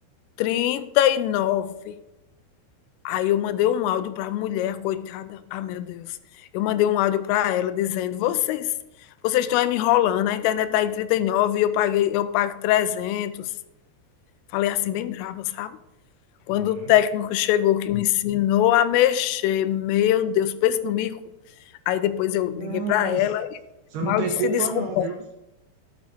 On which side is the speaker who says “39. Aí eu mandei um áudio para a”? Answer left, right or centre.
Left